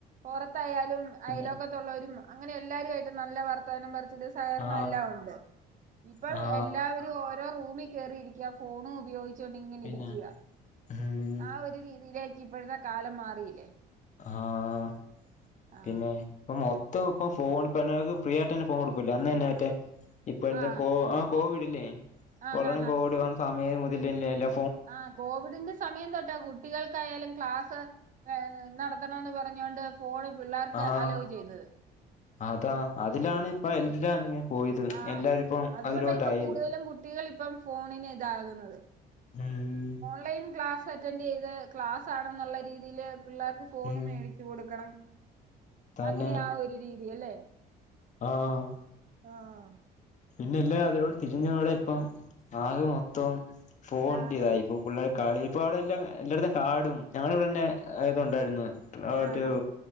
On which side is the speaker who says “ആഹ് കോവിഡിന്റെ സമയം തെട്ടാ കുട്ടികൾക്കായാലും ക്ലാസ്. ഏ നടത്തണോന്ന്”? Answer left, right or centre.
Right